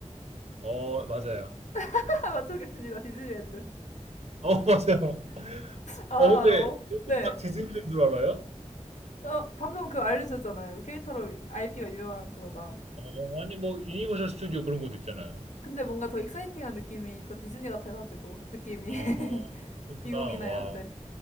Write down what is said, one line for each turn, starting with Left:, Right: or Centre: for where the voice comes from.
Right: 어, 맞아요.
Left: <laughs> 맞춰보겠습니다. 디즈니랜드.
Right: 어, <laughs> 맞아요.
Left: 아, 어,
Right: 어, 근데 어떻게
Left: 네.
Right: 딱 디즈니랜드 줄 알아요?
Left: 어, 방금 그 알려주셨잖아요. 그 캐릭터로 IP가 유명한 그거다.
Right: 어, 아니 뭐 유니버셜 스튜디오 그런 곳도 있잖아요.
Left: 근데 뭔가 더 익사이팅한 느낌이 더 디즈니 같아가지고 느낌이
Right: 아,
Left: <laughs>
Right: 그렇구나.
Left: 미국이나
Right: 와,
Left: 이런데.